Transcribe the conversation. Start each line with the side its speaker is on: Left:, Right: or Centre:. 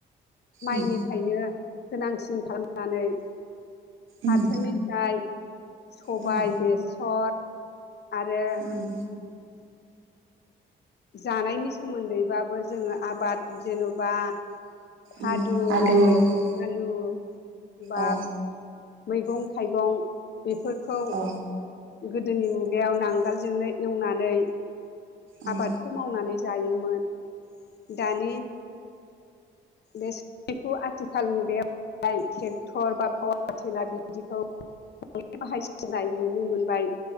Left: माइनिफ्रायनो
Right: उम
Left: गोनांसिन खालामनानै फाथोनिफ्राय
Right: उम
Left: सबाय
Right: उम
Left: बेसर आरो
Right: उम
Left: जानायनि सोमोन्दैबाबो जोङो आबाद जेन'बा फादुन
Right: उम आलु औ
Left: आलु बा
Right: औ
Left: मैगं थाइगं बेफोरखौ
Right: औ
Left: गोदोनि मुगायाव नांगोलजोंनो एवनानै
Right: उम
Left: आबाद खौ मावनानै जायोमोन। दानि बे सखौ आथिखाल मुगायाव ट्रेक्टर बा पावार लाार बिदिखौ बाय बाहायसि जाय नुनो मोनबाय